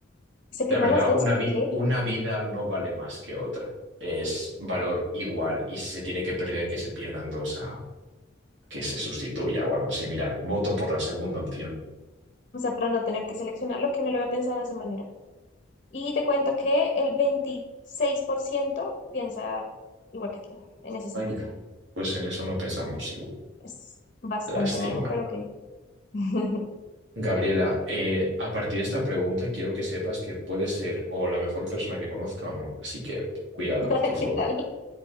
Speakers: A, on the left; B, on the right.
A: ¿Se pierdan
B: La verdad,
A: las dos?
B: una
A: ¿Por
B: vi-
A: qué?
B: una vida no vale más que otra. Es valor igual. Y si se tiene que perder, que se pierdan dos a que se sustituya o algo similar. Voto por la segunda opción.
A: O sea, para no tener que seleccionar lo que no lo había pensado de esa manera. Y te cuento que el 26% piensa igual que tú, en ese sentido.
B: Vaya. Pues en eso no pensamos igual.
A: Es bastante
B: Lástima.
A: bajo, pero ok. <laughs>
B: Gabriela, eh, a partir de esta pregunta quiero que sepas que puedes ser o la mejor persona que conozca o no. Así que cuidado, por
A: Ay,
B: favor.
A: ¿qué tal?